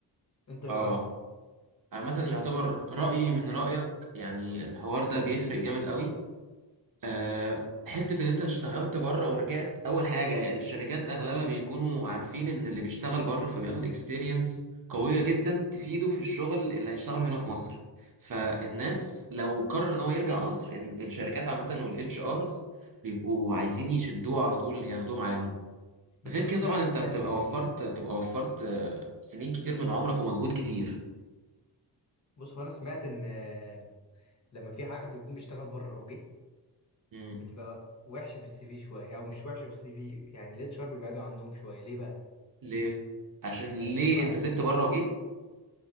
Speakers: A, on the left; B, on the right.
A: انت ايه
B: اه
A: رأيك
B: عامه يعتبر رايي من رايك يعني الحوار ده بيفرق جامد قوي آه، حتة إن أنت اشتغلت بره ورجعت أول حاجة الشركات أغلبها بيكونوا عارفين إن اللي بيشتغل بره فبياخد اكسبيرينس قوية جدا تفيده في الشغل اللي هيشتغله هنا في مصر فالناس لو قرر إن هو يرجع مصر إن الشركات عامة والاتش آرز بيبقوا عايزين يشدوه على طول ياخدوه معاهم
A: بس
B: غير
A: انا
B: كده
A: سمعت
B: طبعا أنت
A: سمعت
B: بتبقى
A: يعني
B: وفرت بتبقى وفرت آه، سنين كتير من عمرك ومجهود كتير
A: بص هو انا سمعت ان آه، لما في حد بيكون بيشتغل بره وجه
B: مم.
A: بتبقى وحشة في السي في شوية او مش وحشة في السي في يعني الاتش ار بيبعدوا عنهم شوية ليه بقى
B: ليه؟ عشان
A: لان
B: ليه
A: هم
B: أنت سبت بره وجيت؟